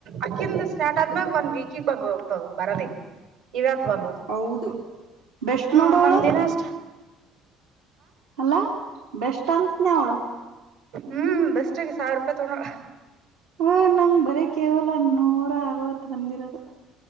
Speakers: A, on the right (about 60°); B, on the right (about 75°).
A: ಅಕಿಂದು ಸ್ಟಾರ್ಟ್ ಆದ್ಮ್ಯಾಗ ಒಂದ್ ವೀಕಗ್ ಬರ್ಬೋದು. <inaudible> ಬರಲಿ ಇವತ್ ಬಂದ
B: ಹೌದು ಬೆಸ್ಟ್
A: ಹ್ಮ
B: ನೋಡವಳು
A: ನಮ ದಿನ ಅಷ್ಟ.
B: ಅಲ ಬೆಸ್ಟ್ ಅತ್ನ ಅವಳ.
A: ಹ್ಮ್ ಬೆಸ್ಟ್ ಆಗಿ ಸಾವಿರ ರೂಪಾಯಿ ತಗೋ
B: ಹಾ ನಂಗ ಬರೀ ಕೇವಲ ನೂರ ಅರವತ್ ಬಂದಿರೋದು.